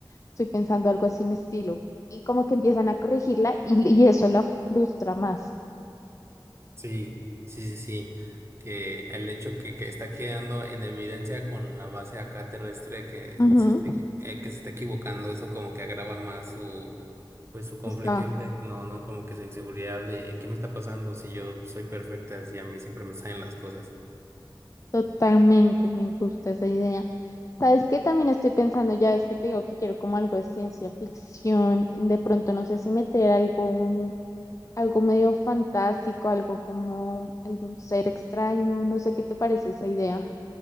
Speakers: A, on the left; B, on the right.
A: estoy pensando algo así en estilo. Y como que empiezan a corregirla y, y eso la frustra más.
B: Sí, sí, sí, sí. Que el hecho que, que está quedando en evidencia con la base acá terrestre que
A: Ujú,
B: se esté, eh, que se está equivocando, eso como que agrava más su, pues su conflicto
A: Está.
B: interno, ¿no? Como que su inseguridad de ¿qué me está pasando si yo soy perfecta, si a mí siempre me salen las cosas?
A: Totalmente, me gusta esa idea. ¿Sabes qué? También estoy pensando, ya ves que te digo que quiero como algo de ciencia ficción, de pronto no sé si meter algo, un- algo medio fantástico, algo como algún ser extraño, no sé qué te parece esa idea,